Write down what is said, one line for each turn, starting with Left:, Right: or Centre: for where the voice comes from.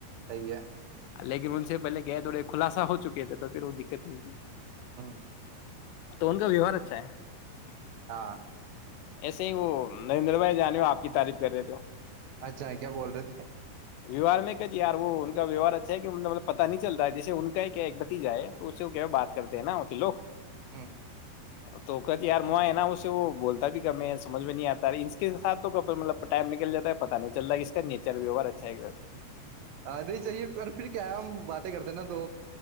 Right: سی ہے <inaudible>
Left: لیکن ان سے پہل گئے تھڑےن خلاصہ ہو چکے تھے تو پھر وہ دقت نہیں تھی
Right: ہاں
Left: تو ان کا ویوہار اچھا ہے
Right: ہاں
Left: ایسے ہی وہ نریندر بھائی جانے ہو آپ کی تعریف کر رہے تھے ہو
Right: اچھا کیا بول رہے تھے
Left: ویوہار میں کیا یار وہ ان کا ویوہار اچھا ہے کہ مطلب پتا نہیں چلتا ہے جیسے ان کا ہی کیا ایک بتیجا ہے تو اس سے کیا بات کرتے ہیں ناتی لگ
Right: ہاں
Left: توکت یار م و سے وہ بولتا بھی سمج میں نہیں آتا اس کے ساتھ تو مطلب ٹائم نکل جاتا ہے پتا نہیں چلتا کہ اس کا نیچر ووار اچھا ہے
Right: آ نہیں چاہیے پر پھر کیا ہے ہم باتیں کرتے نا تو